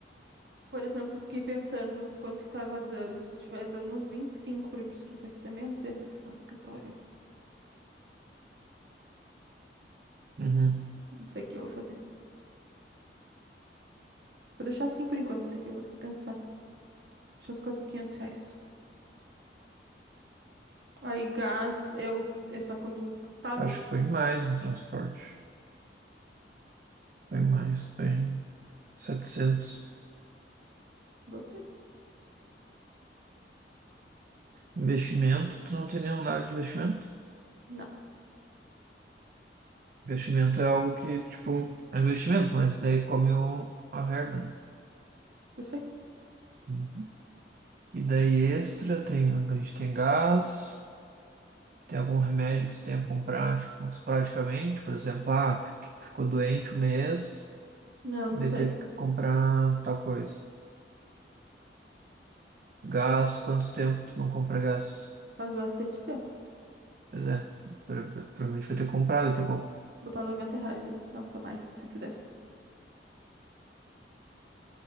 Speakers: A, on the right; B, on the right.
A: Por exemplo, eu fiquei pensando quanto que tava dando, se estiver dando uns 25 pra ir pro escritório aqui também, eu não sei essa questão do escritório.
B: Uhum.
A: Não sei o que eu vou fazer. Vou deixar assim por enquanto, isso aqui eu vou ter que pensar. Deixa uns 400, 500 reais. Aí gás, eu... É só quando acaba?
B: Acho que foi mais no transporte. Foi mais, bem 700.
A: Botei.
B: Investimento, tu não tem nenhum lado de investimento?
A: Não,
B: Investimento é algo que, tipo, é investimento, mas daí come o, a verba, né?
A: eu sei.
B: Uhum. E daí extra, tem, a gente tem gás, tem algum remédio que tu tenha que comprar, tipo, esporadicamente, por exemplo, ah, fi- ficou doente um mês,
A: Não, não
B: daí
A: tem.
B: teve que comprar tal coisa. Gás, quanto tempo tu não compra gás?
A: Faz bastante tempo.
B: Pois é, pro- pro- provavelmente vai ter que comprar daqui a pouco.
A: Botar 90 reais ali. Não, tá mais, tá 110.